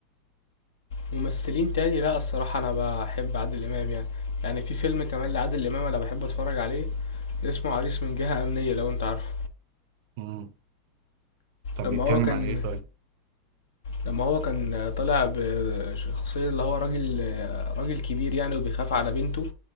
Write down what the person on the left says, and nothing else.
ممثلين تاني لا الصراحة أنا بحب عادل إمام يعني يعني في فيلم كمان لعادل إمام أنا بحب أتفرج عليه اسمه عريس من جهة أمنية لو أنت عارفه
لما
هو كان
لما هو كان طالع بشخصية اللي هو راجل راجل كبير يعني وبيخاف على بنته